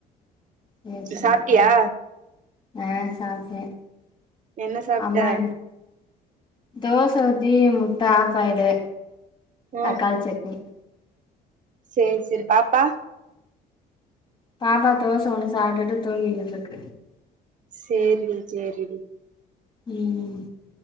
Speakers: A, on the left; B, on the right.
A: சேரி சேரி
B: சாப்ட்டியா
A: சேரி ஆ சாப்ட்டே
B: என்ன சாப்ட்ட
A: அம்மா என்ன தோச ஊத்தி முட்ட ஆஃபாய்லு
B: ம்
A: தக்காளிச் சட்னி ம்
B: சேரி சேரி பாப்பா
A: பாப்பா தோச ஒன்னு சாப்ட்டுட்டு தூங்கிக்கிட்டு இருக்கு
B: சேரிடி சேரிடி
A: ம்